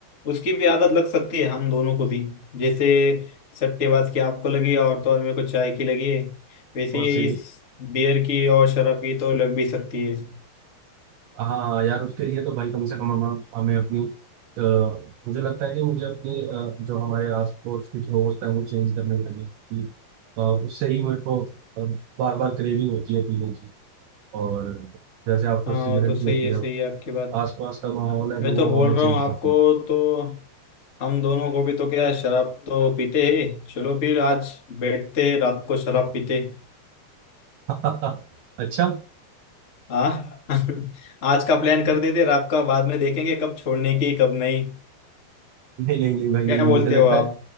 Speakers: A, on the left; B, on the right.
A: उसकी भी आदत लग सकती है हम दोनों को भी जैसे सट्टेबाज की आपको लगी और तो और मेरे को चाय की लगी है वैसे
B: और
A: ही
B: सिगरेट
A: इस बियर की और शराब की तो लग भी सकती है
B: हाँ हाँ, यार उसके लिए तो भाई कम से कम हम हमें अपनी अ, मुझे लगता है कि मुझे अपनी अ, जो हमारे आस पड़ोस के जो दोस्त हैं वो चेंज करने करने की अ, उससे ही मेरे को बार बार क्रेविंग होती है पीने की और जैसे आपको
A: हाँ
B: सिगरेट
A: वो तो सही
B: की होती
A: है
B: है
A: सही है आपकी बात
B: आसपास का माहौल है
A: मैं
B: वो
A: तो बोल
B: हमें चेंज
A: रहा हूँ आपको
B: करना
A: तो हम दोनों को भी तो क्या है, शराब तो पीते हैं चलो फिर आज बैठते हैं रात को शराब पीते हैं,
B: हाँ। <laughs> अच्छा
A: हाँ <laughs> आज का प्लान कर देते हैं, रात का बाद में देखेंगे कब छोड़ने की कब नहीं
B: नहीं नहीं नहीं भाई
A: क्या बोलते
B: मुझे लगता
A: हो आप
B: है